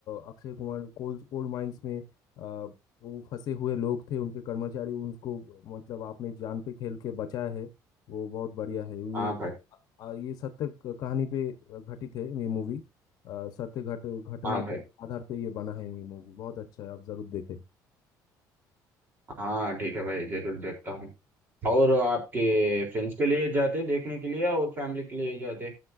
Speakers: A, on the left; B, on the right.
A: Akshay Kumar coal coal mines में अ, वो फंसे हुए लोग थे उनके कर्मचारी उनको मतलब आपने जान पे खेल के बचाया है वो बहुत बढ़िया है ये
B: हाँ भाई
A: अ, ये सत्य क- कहानी पे घटित है ये मूवी सत्य घट घटना
B: हाँ भाई
A: के आधार पे ये बना है ये मूवी बहुत अच्छा है आप जरूर देखें
B: हाँ ठीक है भाई जरूर देखता हूँ और आपके फ्रेंड्स के लिए जाते देखने के लिए और फैमिली के लिए जाते